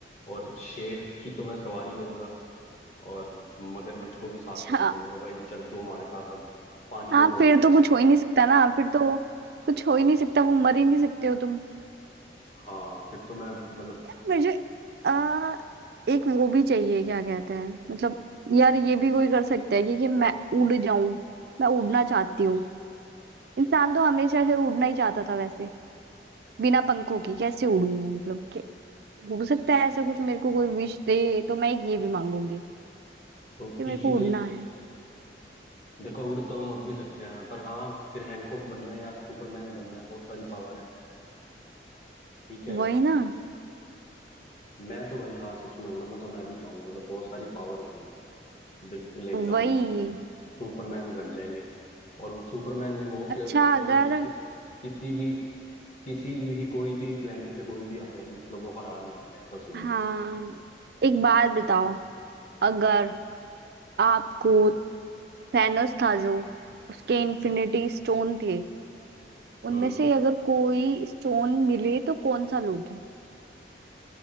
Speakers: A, on the left; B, on the right.
A: और शेर की तो मैं सवारी करूंगा और मगरमच्छ को भी
B: अच्छा
A: साथ लेके चलूंगा भाई चल तू हमारे साथ अब पानी
B: हाँ
A: में बहुत
B: फिर
A: रह
B: तो
A: लिया
B: कुछ हो ही नहीं सकता ना फिर तो कुछ हो ही नहीं सकता वो मर ही नहीं सकते हो तुम
A: हाँ फिर तो मैं मतलब
B: यार मुझे आ, एक वो भी चाहिए क्या कहते हैं मतलब यार ये भी कोई कर सकता है कि, कि मैं उड़ जाऊं मैं उड़ना चाहती हूँ इंसान तो हमेशा से उड़ना ही चाहता था वैसे बिना पंखों के कैसे उड़ूंगा मतलब कि हो सकता है ऐसा कुछ मेरे को कोई विश दे तो मैं एक ये भी मांगूंगी
A: तो
B: कि मेरे
A: इजी
B: को
A: तो
B: उड़ना है
A: देखो उड़ तो हम अब भी सकते हैं पर हाँ फिर हैंकॉक बनना है या सुपरमैन बनना है बहुत सारी पावर है ठीक है
B: वही ना
A: मैं तो भाई हाँ सच में उड़ना तो मैं भी चाहूंगा मतलब बहुत सारी पावर होगी बिल्कुल एकदम
B: वही
A: मतलब सुपरमैन बन जाएंगे और वो सुपरमैन भी वो
B: अच्छा
A: कि उसको कोई
B: अगर
A: किस किसी भी किसी भी कोई भी प्लेनेट से कोई भी आ जाए मतलब वो हरा नहीं पाएगा ऐसा सुपरमैन
B: हाँ एक बात बताओ अगर आपको थैनोस था जो उसके इन्फिनिटी स्टोन थे उनमें
A: हम्म
B: से अगर कोई स्टोन मिले तो कौन सा लोगे